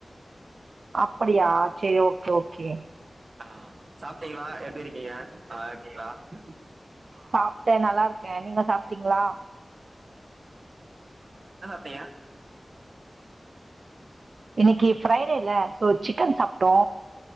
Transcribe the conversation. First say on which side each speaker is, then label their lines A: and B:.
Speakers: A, on the right; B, on the right.
A: அப்படியா செரி ஓகே ஓகே
B: ஆ சாப்ட்டீங்களா எப்டி இருக்கீங்க நல்லா இருக்கீங்களா
A: சாப்ட்டே நல்லா இருக்கே நீங்க சாப்ட்டீங்களா
B: நீங்க
A: இன்னிக்கி ஃப்ரைடேல சோ சிக்கன் சாப்ட்டோ